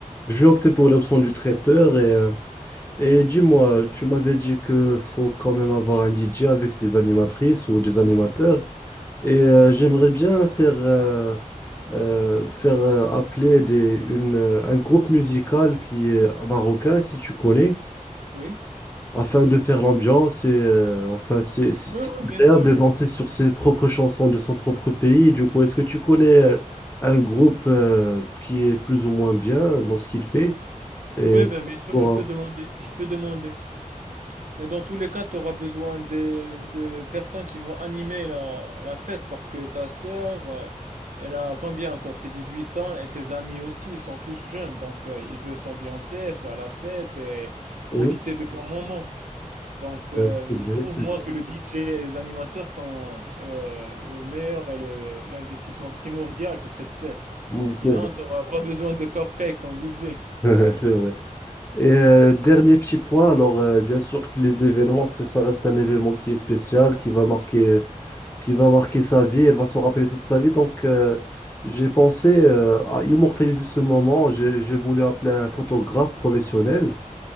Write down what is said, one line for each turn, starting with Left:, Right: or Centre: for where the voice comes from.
Left: je vais opter pour l'option du traiteur et euh, Et dis-moi, tu m'avais dit que faut quand même avoir un DJ avec des animatrices ou des animateurs. Et euh, j'aimerais bien faire, euh, euh, faire euh, appeler des, une, euh, un groupe musical qui est marocain, si tu connais,
Right: Oui?
Left: afin de faire l'ambiance. Et euh, enfin, c'est c'est-
Right: Oui,
Left: c'est
Right: oui, bien
Left: agréable
Right: sûr.
Left: de danser sur ses propres chansons de son propre pays. Du coup, est-ce que tu connais euh, un groupe euh, qui est plus ou moins bien dans ce qu'il fait? Et
Right: Oui, ben, bien sûr,
Left: pour-
Right: je peux demander, je peux demander. Mais dans tous les cas, tu auras besoin de, de personnes qui vont animer la, la fête parce que ta sœur, euh, elle a combien encore? C'est 18 ans et ses amis aussi, ils sont tous jeunes. Donc, euh, il veut s'ambiancer, faire la fête et profiter
Left: oui,
Right: de bons moments. Donc, euh,
Left: euh, c'est vrai.
Right: je trouve moi que le DJ et les animateurs sont euh, le meilleur et le- l'investissement primordial pour cette fête.
Left: Oui,
Right: Sinon,
Left: c'est vrai.
Right: tu n'auras pas besoin de cupcakes en DJ.
Left: <laughs> C'est vrai. Et euh, dernier petit point, alors euh, bien sûr que les événements, c'est- ça reste un événement qui est spécial, qui va marquer, qui va marquer sa vie, elle va se rappeler toute sa vie. Donc euh, j'ai pensé euh, à immortaliser ce moment. J'ai j'ai voulu appeler un photographe professionnel